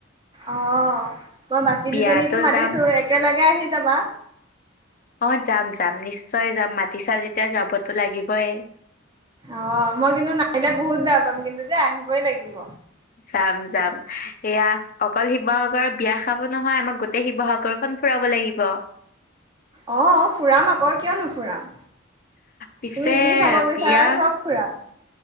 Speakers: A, on the right; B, on the left.
A: অহ মই বাকী
B: বিয়াতো
A: দুজনীকো মাতিছো
B: যাম
A: একেলগে আহি যাবা।
B: অহ যাম যাম নিশ্চয় যাম মাতি চা যেতিয়া যাবতো লাগিবই।
A: অহ মই কিন্তু নাহিলে বহুত বেয়া পাম কিন্তু যে আহিবই লাগিব।
B: যাম যাম সেয়া অকল শিৱসাগৰ বিয়া খাব নহয় আমাক গো গোটেই শিৱসাগৰ খন ফুৰাব লাগিব।
A: অহঁ ফুৰাম আকৌ কিয় নোফুৰাম।
B: পিছে
A: তুমি যি চাব বিচাৰা
B: বিয়া
A: চব ফুৰাম।